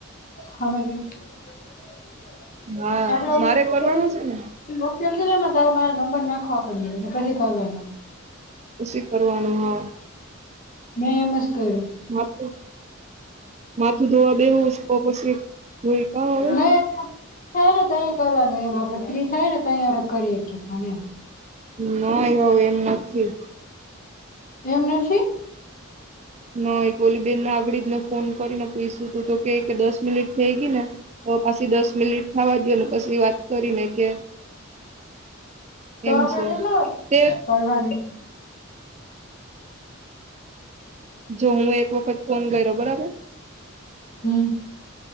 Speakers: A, on the left; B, on the right.
A: હામે આપડે
B: હા
A: ઓલું
B: મારે કરવાનો
A: પેલુ.
B: છે ને
A: લોક ખોળ જે ને એમાં તારે મારે નંબર નાખવા પડે ને પછી કરવાનો.
B: પછી કરવાનું, હા.
A: મે એમ જ કયરું.
B: માથું માથું ધોવા દેવું તો પછી જોઈ કા હવે
A: મે આ થાય ને તહીંયા કરવાનું એમ આપડે ફ્રી થાય ને તય આપ કરી હકી ફોન એમ.
B: નય હવે એમ નથી.
A: એમ નથી.
B: ના હોય કે ઓલી બેનને આગળડી જ ને ફોન કરીને પૂયછું તું તો કે દસ મિનિટ થઈ ગઈ ને તો પાછી દસ મિનિટ થવા દયો અને પછી વાત કરીને કે
A: તો
B: એમ
A: આપડે
B: છે.
A: કેટલા
B: તે
A: કરવાની?
B: જો હું એક વખત ફોન કયરો બરાબર?
A: હમ્મ.